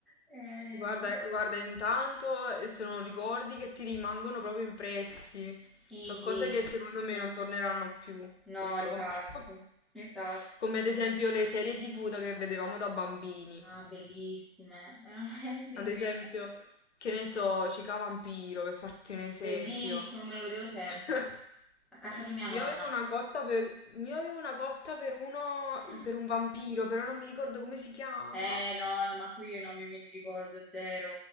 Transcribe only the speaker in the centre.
Eh,
no.
Sì,
sì,
no,
esatto,
esatto.
Ah, bellissime, veramente
incredibili.
Bellissimo, me lo vedevo sempre.
A casa di mia nonna.
<laughs>
Eh no, no, ma qui io i nomi me li ricordo zero.